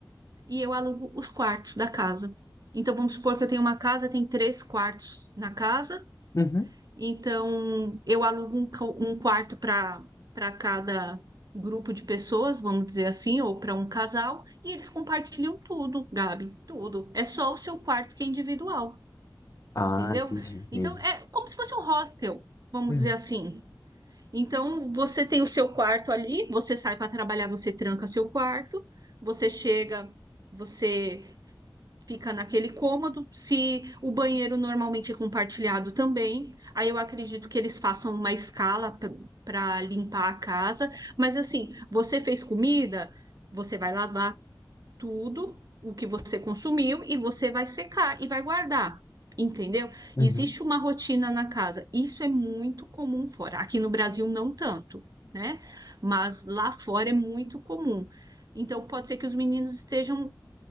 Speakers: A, on the right; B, on the left.
A: e eu alugo os quartos da casa. Então vamos supor que eu tenho uma casa, tem três quartos na casa,
B: uhum.
A: então eu alugo um, ca- um quarto para para cada grupo de pessoas, vamos dizer assim, ou para um casal, e eles compartilham tudo, Gabi, tudo. É só o seu quarto que é individual,
B: Ah,
A: entendeu?
B: entendi, entendi,
A: Então é como se fosse um hostel, vamos
B: Uhum,
A: dizer assim. Então, você tem o seu quarto ali, você sai para trabalhar, você tranca seu quarto, você chega, você fica naquele cômodo. Se o banheiro normalmente é compartilhado também, aí eu acredito que eles façam uma escala para limpar a casa. Mas assim, você fez comida, você vai lavar tudo o que você consumiu e você vai secar e vai guardar, entendeu?
B: uhum.
A: Existe uma rotina na casa. Isso é muito comum fora. Aqui no Brasil não tanto, né? Mas lá fora é muito comum. Então pode ser que os meninos estejam